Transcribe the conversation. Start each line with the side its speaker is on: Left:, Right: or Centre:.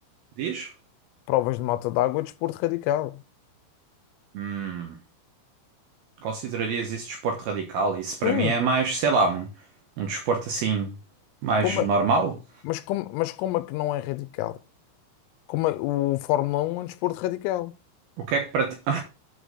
Right: Diz?
Left: provas de moto d'água é desporto radical.
Right: Hum. Considerarias isso desporto radical? Isso
Left: Sim,
Right: para mim é mais, sei lá, um, um desporto assim, mais
Left: como é-
Right: normal?
Left: mas, como, mas como é que não é radical? Como é- o Fórmula um é um desporto radical.
Right: O que é que para ti. <laughs>